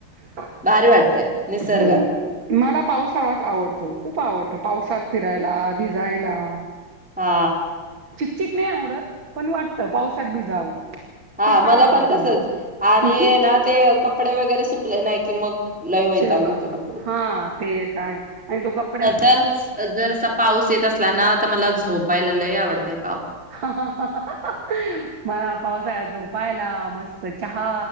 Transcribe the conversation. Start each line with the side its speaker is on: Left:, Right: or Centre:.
Right: हो
Centre: भारी वाटतंय निसर्गात
Right: हं मला पावसाळाच आवडतो, खुप आवडतो. पावसात फिरायला भिजायला
Centre: हा
Right: चिकचिक नाही आवडत पण वाटतं पाऊसात भिजावं
Centre: हा
Right: ते फार
Centre: मला
Right: आवडतं
Centre: पण तसंच
Right: मला
Centre: आण हे ना ते कपडे वगैरे सुक सुटले नाही की मग लय वैताग
Right: तेव्हा
Centre: येतो
Right: हा ते काय आणि तो कप
Centre: तर जर असा पाऊस येत असलाना तर मला झोप पायलला लै आवडतय
Right: ह ह हहह अं मला पावसाळ्यात झोपायला मस्त चहा